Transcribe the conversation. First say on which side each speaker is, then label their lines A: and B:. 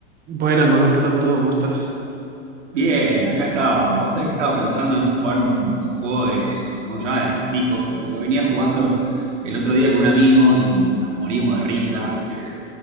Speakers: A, on the right; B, on the right.
A: Buenas, Manuel, ¿qué tal todo? ¿Cómo estás?
B: Bien, acá estaba. Vos sabés que estaba pensando en jugar un, un juego de, ¿cómo se llama? De acertijos, porque lo venía jugando el otro día con un amigo y nos morimos de risa. eh,